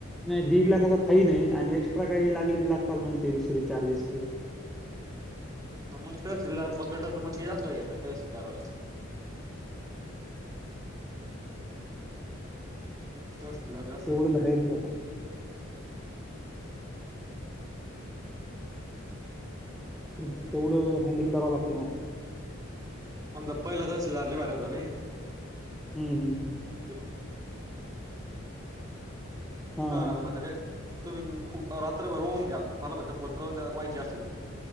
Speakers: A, in the centre; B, on the right (about 20°).
A: नाही दीड लाखाचा फान आहे आणि एक्स्ट्रा काही लागले लागताल मग ते दुसरी चार्जेस काही
B: हा मग तहसीलदार पकडलं तर मग ते जास्त घेत तहसीलदार तहसीलदार जास्त
A: तेवढंच
B: घेतात
A: आहेत त्या तेवढं हँडल करावं लागते मग
B: आमचा पहिला तहसीलदार लय भारी होता रे
A: हम्म हम्म
B: <unintelligible> तवा
A: हां,
B: आ पात <inaudible> तुम्ही रात्रभर होऊन घ्या मला बघ फोन करून वयचे असले का